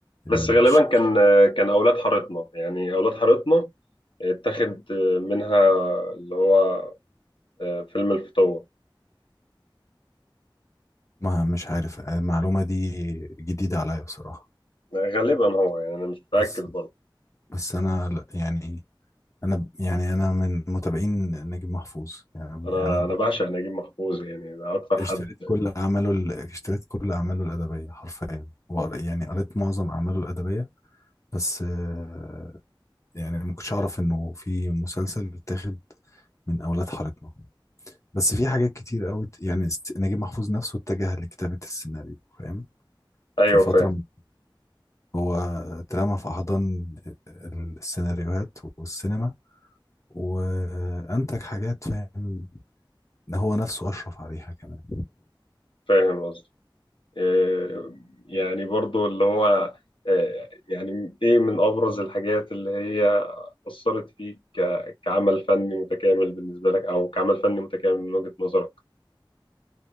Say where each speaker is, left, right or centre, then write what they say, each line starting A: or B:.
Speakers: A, on the left (about 35°); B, on the left (about 75°).
A: الشخص
B: بس غالبا كان آه، كان اولاد حارتنا يعني اولاد حارتنا اتاخد آه، منها اللي هو آه، فيلم الفتوه
A: ما مش عارف آه، المعلومة دي جديدة عليا بصراحة
B: غالبا هو يعني انا مش متاكد
A: بس
B: برضه
A: بس أنا لا- يعني أنا ب- يعني أنا من متابعين نجيب محفوظ يعني
B: انا
A: يعني أنا ب-
B: انا بعشق نجيب محفوظ يعني ده اكتر
A: اشتريت
B: حد
A: كل أعماله ال- اشتريت كل أعماله الأدبية حرفيا وقر- يعني قريت معظم أعماله الأدبية بس آه، يعني ما كنتش اعرف انه في مسلسل بيتاخد من اولاد حارتنا بس في حاجات كتير قوي يعني س- نجيب محفوظ نفسه اتجه لكتابة السيناريو فاهم
B: ايوه
A: في فترة
B: فاهم
A: م- هو اترمى في احضان السيناريوهات والسينما وانتج حاجات فاهم هو نفسه اشرف عليها كمان
B: فاهم قصدي إيه، يعني برضه اللي هو إيه، يعني ايه من ابرز الحاجات اللي هي اثرت فيك ك- كعمل فني متكامل بالنسبه لك او كعمل فني متكامل من وجهه نظرك